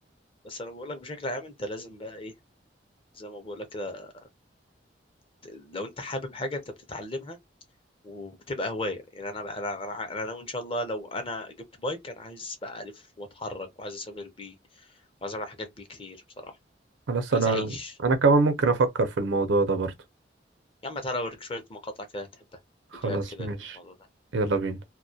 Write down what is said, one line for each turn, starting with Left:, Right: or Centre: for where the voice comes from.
Left: بس انا بقول لك بشكل عام انت لازم بقى ايه زي ما بقول لك كده ت- لو انت حابب حاجه انت بتتعلمها وبتبقى هوايه يعني انا بقى انا انا أنا ناوي ان شاء الله لو انا جبت بايك انا عايز بقى الف واتحرك وعايز اسافر بيه وعايز اعمل حاجات بيه كتير بصراحه
Right: خلاص
Left: عايز
Right: انا
Left: اعيش
Right: انا كمان ممكن افكر في الموضوع ده برضه
Left: يا عم تعالى اوريك شويه مقاطع كده هتحبها
Right: خلاص
Left: فيديوهات كده
Right: ماشي
Left: للموضوع ده
Right: يلا بينا